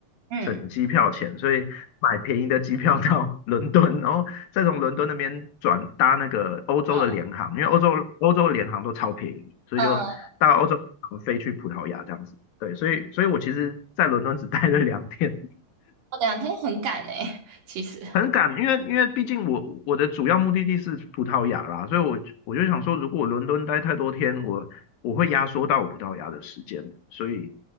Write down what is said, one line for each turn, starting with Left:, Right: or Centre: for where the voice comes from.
Right: 嗯
Left: 省机票钱，所以买便宜的机票到 <laughs> 伦敦，然后再从伦敦那边转搭那个欧洲的联航，
Right: 嗯
Left: 因为欧洲欧洲的联航都超便宜，所以就搭欧洲联航飞去葡萄牙这样子。
Right: 嗯，
Left: 对，所以所以我其实在伦敦只待了两天，
Right: 我两天很赶诶、其实。
Left: 很赶，因为因为毕竟我我的主要目的地是葡萄牙啦，所以我我就想说，如果我伦敦待太多天，我我会压缩到我葡萄牙的时间，所以